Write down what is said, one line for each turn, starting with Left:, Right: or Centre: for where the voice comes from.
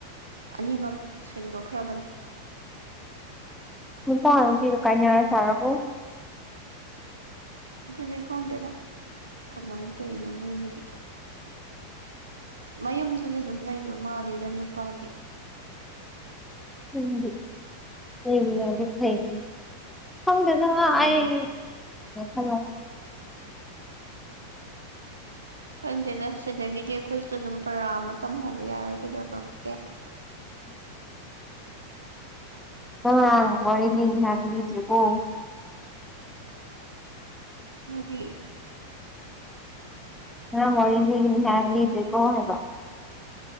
Right: ꯑꯅꯤꯃꯛ ꯁꯦꯡꯗꯣꯛꯈ꯭ꯔꯕꯅꯦ
Centre: ꯍꯨ ꯀꯥ ꯀꯤꯗꯨ ꯀꯥꯏꯅꯔ ꯁꯥꯔꯔꯕꯣ
Right: ꯑꯗꯨꯗꯤ ꯈꯪꯗꯦꯗ ꯀꯃꯥꯏꯅ ꯇꯧꯔꯤꯅꯣ ꯃꯣꯏꯅꯤꯒꯤꯗꯣ ꯃꯌꯨꯝꯗꯨꯗꯤ ꯑꯗꯨꯝ ꯂꯩꯕ ꯃꯥꯜꯂꯤꯦꯗ ꯅꯨꯄꯥꯒꯤ
Centre: ꯎꯝ ꯑꯩ ꯂꯗꯤ ꯐꯩ ꯈꯪꯗꯦꯗ
Right: ꯎꯝ
Centre: ꯑꯩ ꯈꯪ
Right: ꯈꯪꯗꯦꯗ ꯁꯤꯗꯒꯤꯗꯤ ꯑꯩꯈꯣꯏꯁꯨ ꯑꯗꯨꯝ ꯄꯔꯥ ꯑꯃ ꯇꯝꯍꯧꯕ ꯌꯥꯔꯣꯏ ꯀꯩꯗꯧꯔꯒꯦ
Centre: <inaudible> ꯎꯝꯃꯥꯡ ꯋꯥꯔꯤꯗꯅꯤ ꯍꯥꯏꯒꯖꯦ ꯀꯣ
Right: ꯋꯥꯔꯤ
Centre: ꯉꯔꯥꯡ ꯋꯥꯔꯤ ꯂꯤꯅꯤ ꯍꯥꯏꯔ ꯂꯤꯗꯔꯤ ꯀꯣ ꯍꯥꯏꯕ